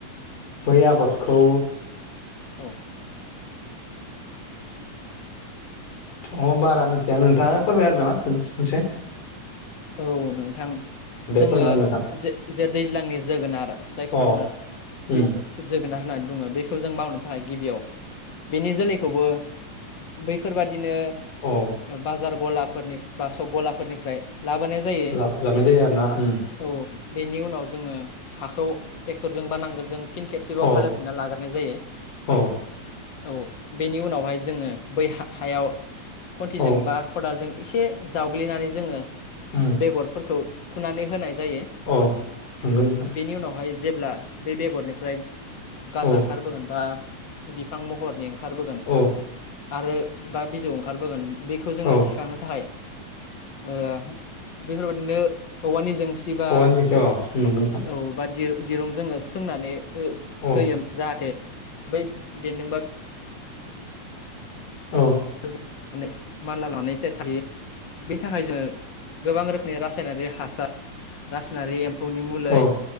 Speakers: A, on the left (about 80°); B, on the left (about 50°).
A: बै आबादखौ
B: औ।
A: अ बारा मिथिया नोंथाङा फोरमाय आरो ना मोनसे।
B: औ नोंथां जोङो
A: फोरमायना होदो नोंथां
B: जे जे दैज्लांनि जोगोनार जायखौ
A: अ
B: बुङो
A: उम
B: बे जोब होननानै बुङो बेखौ जों मावनो थाखाय गिबियाव बिनि जोलैखौबो बैफोरबाद दिनो
A: अ
B: ओ बाजार गलाफोरनि बा सक गलाफोरनिफ्राय लाबोनाय जायो
A: लाबोनाय जायो आरोना उम
B: औ बेनि उनाव उनाव जोङो हाखौ ट्रेक्टरजों बा नांगोलजों फिन खेबसेबाव
A: औ
B: हालेवफिनना लाग्रनाय जायो
A: औ
B: औ बेनि उनावहाय जोङो बै हायाव खन्थिजों
A: औ
B: बा खदालजों एसे जावग्लिनानै जोङो
A: उम
B: बेगरफोरखौ थुनानै होनाय जायो
A: औ नंगौ नोंथां
B: बेनि उनावहाय जेब्ला बे बेगरनिफ्राय गाजा
A: औ
B: ओंखारबोगोन बा बिफां महरनि ओंखारबोगोन
A: औ
B: आरो बा बिजौ ओंखारबोगोन बेखौ जोङो
A: औ
B: थिखांनो थाखाय ओ बेफोरबायाददिनो औवानि ज सिबा
A: औवानि अ नंगौ नोंथां
B: औ दिर‌‌ दिरुं जोङो सोंनानै
A: औ
B: होयो जाहाथे बै बेन्दोंबा
A: औ
B: मानला लानानै थायो बेनि थाखाय जोङो गोबां रोखोम रासायनारि हासार रासायनारि एम्फौनि मलै
A: औ